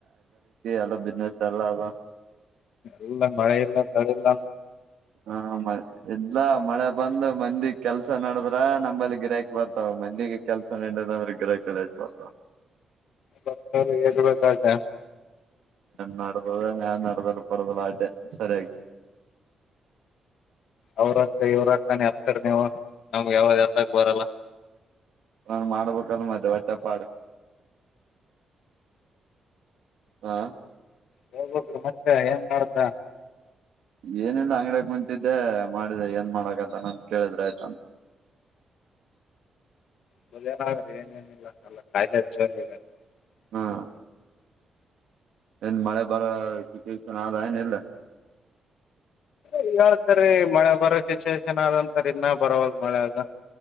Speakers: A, on the right; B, on the left.
A: ಎಲ್ಲ ಬಿಸ್ನೆಸ್ಲ್ ಡಲ್ ಅದ.
B: ಇಲ್ಲ ಮಳೆ ಇಲ್ಲ ಮಳೆ ಇಲ್ಲ.
A: ಹಾ ಮ ಎಲ್ಲ ಮಳೆ ಬಂದ ಮಂದಿ. ಕೆಲ್ಸ ನಡದ್ರ ನಂಬಲ್ಲಿ ಗಿರಕ್ ಬರ್ತಾವ ಮಂದಿಗೆ ಕೆಲ್ಸ ನದಿಲ್ಲ ಅಂದ್ರ್ ಗಿರಕ್ಗಳು ಯಾಲ್ ಬರ್ತಾವ. <unintelligible>
B: ಬತ ಆತ-
A: ನಡದದ ನಡದಲ್ಲ ಪಡದಲ್ಲ ಆಟೆ ಸರಿ ಆಯ್ತು. <inaudible>
B: ಅವ್ರಕ್ಕ ಇವ್ರ ಹಕ್ಕಾನ ಹತಡ ನೀವು ನಮ್ಗೆ ಯಾವ್ದ ಹತ್ತಕ್ ಬರಲ್ಲ.
A: ನಾನ್ ಮಾಡ್ಬೇಕಲ್ ಮದೆ ಒಟ್ಟೆ ಪಾಡು. ಹಾ.
B: ಹೇಳ್ಬೇಕ್ರಿ ಮತ್ತೆ ಹೆಏಂಗ ಮಾಡ್ದ.
A: ಏನಿಲ್ಲ ಅಂಗ್ಡ ಕುಂತ. ಇದೇ ಮಾಡಿದೆ ಏನ್ ಮಾಡಕಂತ ನನ್ ಕೇಳಿದ್ರ ಆಯ್ತಂತ.
B: ಮದ್ನ ಆ್ರಏನೇನಿಲ್ಲ ಎಲ್ಲ ಕಾಯಿಲೆ ಜೋನ ಈಗ
A: ಹಾ
B: ಹ್ಮ-
A: ಏನ್ ಮಳೆ ಬರೋ ಸೂಚನೆ ಆದ ಹೇನಿಲ್ಲ.
B: ಈ ಹಳ್ತರಿ ಮಳೆ ಬರೋ ಸಿಚುುವೇೇಶನ್ ಆದಂತರಿ ಇನ್ನ ಬರವಲ್ ಮಳೆ ಅದು.